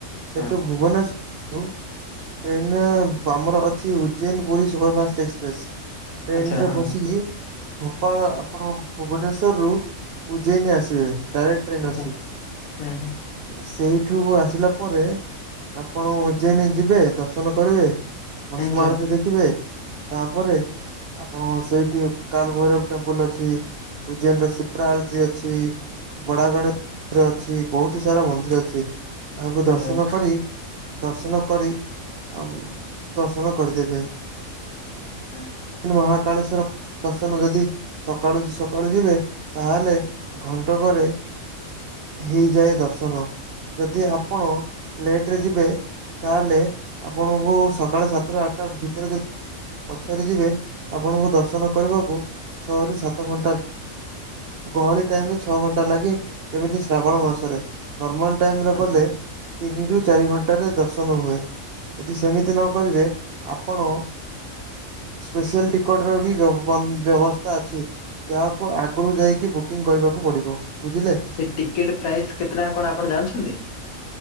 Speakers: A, on the right; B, on the left.
A: ସେଠୁ
B: ହଁ
A: ଭୁବନେଶ୍ୱରରୁ ଟ୍ରେନ୍ ଆମର ଅଛି ଉଜୈନ୍ ପୁରୀ ସୁପରଫାଷ୍ଟ୍ ଏକ୍ସପ୍ରେସ୍ ଟ୍ରେନରେ
B: ଆଚ୍ଛା ହଁ
A: ବସିକି ଭୋପାଳ ଆପଣ ଭୁବନେଶ୍ୱରରୁ ଉଜୟନୀ ଆସିବେ ଡାଇରେକ୍ଟ୍ ଟ୍ରେନ୍
B: ଆଚ୍ଛା
A: ଅଛି।
B: ହୁଁ ହୁଁ
A: ସେଇଠୁ ଆସିଲା ପରେ ଆପଣ ଉଜେନ୍ ଯିବେ, ଦର୍ଶନ କରିବେ। ଭସ୍ମ
B: ଆଚ୍ଛା
A: ଆଳତୀ ଦେଖିବେ ତାପରେ ଆପଣ ସେଇଠି କାଲଭୈରବ ଟେମ୍ପଲ ଅଛି, ଉଜ୍ଜୈନର ସିପ୍ରା ଆଳତି ଅଛି, ବଡ଼ା ଗଡେ ମନ୍ଦିର ଅଛି ବହୁତ୍ ସାରା ମନ୍ଦିର ଅଛି ତାହାକୁ
B: ଆଚ୍ଛା
A: ଦର୍ଶନ
B: ଆଚ୍ଛା ହୁଁ
A: କରି ଦର୍ଶନ କରି ଆଉ ଦର୍ଶନ କରିଦେବେ।
B: ହୁଁ।
A: ମହାକାଳେସ୍ଵରଙ୍କ ଦର୍ଶନ ଯଦି ସକାଳୁ ସକାଳୁ ଯିବେ ତାହେଲେ ଘଣ୍ଟକରେ ହେଇଯାଏ ଦର୍ଶନ। ଯଦି ଆପଣ ଲେଟ୍ ରେ ଯିବେ ତାହେଲେ ଆପଣଙ୍କୁ ସକାଳ ସାତ ଟା ଆଠଟା ଭିତରେ ଯଦି ପଛରେ ଯିବେ ଆପଣଙ୍କୁ ଦର୍ଶନ କରିବାକୁ ଛଅ ରୁ ସାତ ଘଣ୍ଟା ଗହଳି ଟାଇମ୍ ରେ ଛଅ ଘଣ୍ଟା ଲାଗେ ଯେମିତି ଶ୍ରାବଣ ମାସରେ ନର୍ମାଲ୍ ଟାଇମ୍
B: ଆଚ୍ଛା
A: ଗଲେ ତିନିରୁ ଚାରି ଘଣ୍ଟାରେ ଦର୍ଶନ ହୁଏ, ଯଦି ସେମିତି ସେମିତି ନ କରିବେ ଆପଣ ସ୍ପେଶିଆଲ୍ ଟିକଟ୍ ର ବି ବ ବ୍ୟବସ୍ଥା ଅଛି। ଯହାକୁ ଆଗରୁ ଯାଇକି ବୁକିଂ କରିବାକୁ ପଡିବ। ବୁଝିଲେ
B: ସେ ଟିକେଟ୍ ପ୍ରାଇଜ୍ କେତେ ଟଙ୍କା କଣ ଆପଣ ଜାଣିଛନ୍ତି?